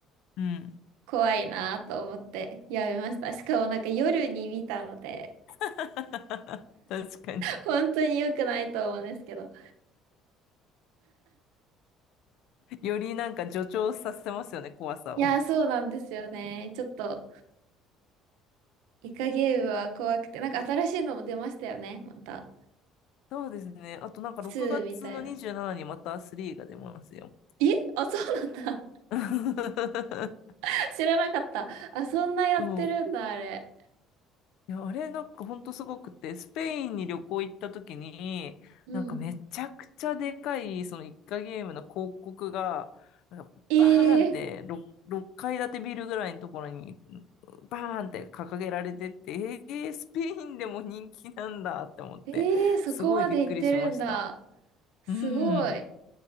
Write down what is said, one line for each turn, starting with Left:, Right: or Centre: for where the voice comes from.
Left: うん。
Right: 怖いなと思ってやめました。しかもなんか夜に見たので、
Left: <laughs> 確かに。
Right: 本当に良くないと思うんですけど。
Left: よりなんか助長させますよね、怖さを。
Right: いやー、そうなんですよね。ちょっとイカゲームは怖くて、なんか新しいのも出ましたよね。また。
Left: そうですね。あとなんか6月の27にまた3が出ますよ。
Right: ツーみたいな。えあ、そうなんだ。
Left: <laughs>
Right: <laughs> 知らなかった。あ、そんなやってるんだ、
Left: そう。
Right: あれ。
Left: いや、あれなんかほんとすごくて、スペインに旅行行った時に、
Right: うん。
Left: なんかめちゃくちゃでかい、そのイカゲームの広告が、なんかバーンって6、
Right: ええ
Left: 6階建てビルぐらいのところに、バーンって掲げられてって、えー、スペインでも人気なんだって思って、
Right: ええーそこまで行ってるんだ。
Left: すごいびっくりしました。
Right: すごい。
Left: うん。